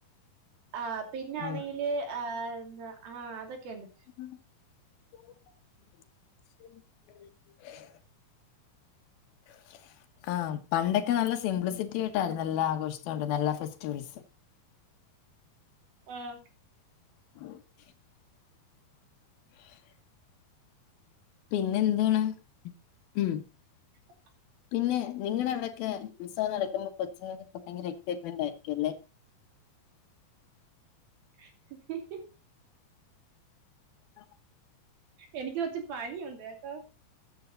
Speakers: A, on the right; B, on the left.
A: ആഹ് പിന്നൊന്നെങ്കില്
B: ആഹ്
A: ആഹ് എന്താ ആഹ് അതൊക്കെ ഉണ്ട്
B: <inaudible> <inaudible> ആഹ് പണ്ടൊക്കെ നല്ല സിംപ്ലിസിറ്റി ആയിട്ടായിരുന്നു എല്ലാ ആഘോഷിച്ചു കൊണ്ടു ഇരുന്ന എല്ലാ ഫെസ്റ്റിവൽസും
A: ആഹ്
B: ആ <unintelligible> <inaudible> പിന്നെ എന്താണ് ഉം
A: ഇപ്പ <inaudible>
B: പിന്നെ നിങ്ങടെ അവിടെയൊക്കെ ഉത്സവം നടക്കുമ്പോ കൊച്ചുങ്ങൾകൊക്കെ ഭയങ്കര എക്സൈറ്റ് മെൻ്റായിരിക്കും അല്ലേ
A: <inaudible>
B: ആ
A: എനിക്ക് കൊറച്ച് പനിയുണ്ട് കേട്ടോ